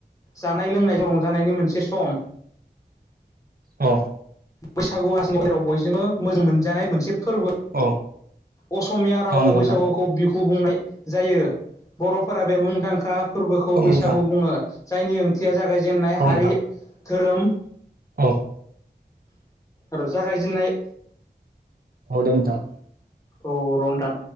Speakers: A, on the left (about 20°); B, on the right (about 60°).
A: जानाय लोंनाय रंजानायनि मोनसे सम
B: अ।
A: बैसागु आसनियाव बयजोंबो मोजां मोनजानाय मोनसे फोरबो
B: औ
A: असमिया रावाव
B: औ नंगौ
A: बैसागुखौ
B: नोंथां
A: बिहु बुंनाय जायो। बर'फोरा बे मुंदांखा फोरबोखौ
B: औ
A: बैसागु
B: नोंथां
A: बुङो जायनि ओंथिया जागाय जेननाय
B: औ
A: हारि
B: नोंथां
A: धोरोम
B: औ।
A: र' जागायजेननाय
B: औ दे नोंथां।
A: औ र नोंथां